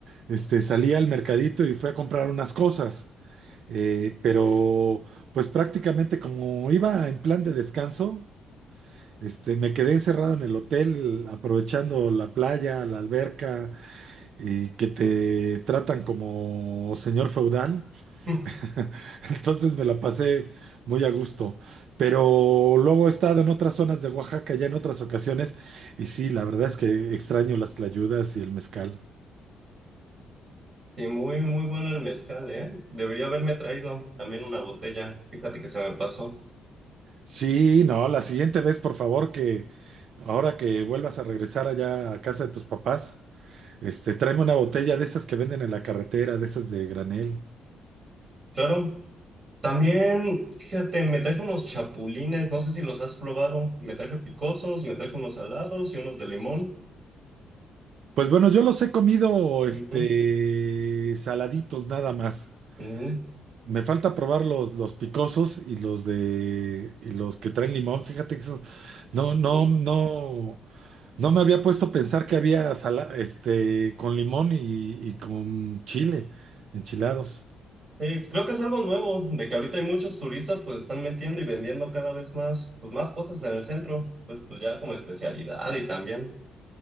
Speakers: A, on the right; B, on the right.
A: Este, salí al mercadito y fui a comprar unas cosas. Eh, pero pues prácticamente como iba en plan de descanso, este, me quedé encerrado en el hotel aprovechando la playa, la alberca y que te tratan como señor feudal.
B: <laughs>
A: <laughs> Entonces me la pasé muy a gusto. Pero luego he estado en otras zonas de Oaxaca, ya en otras ocasiones, y sí, la verdad es que extraño las tlayudas y el mezcal.
B: Sí, muy, muy bueno el mezcal, ¿eh? Debería haberme traído también una botella. Fíjate que se me pasó.
A: Sí, no, la siguiente vez, por favor, que, Ahora que vuelvas a regresar allá a casa de tus papás, este, tráeme una botella de esas que venden en la carretera, de esas de granel.
B: Claro, también, fíjate, me traje unos chapulines, no sé si los has probado. Me traje picosos, me traje unos salados y unos de limón.
A: Pues bueno, yo los he comido, este,
B: Ujú,
A: saladitos nada más.
B: ujú,
A: Me falta probar los, los picosos y los de, y los que traen limón. Fíjate que eso, no, no,
B: ujú.
A: no, no me había puesto a pensar que había sala- este, con limón y, y con chile, enchilados.
B: Sí, creo que es algo nuevo, de que ahorita hay muchos turistas pues están metiendo y vendiendo cada vez más, pues más cosas en el centro, pues, pues ya como especialidad y también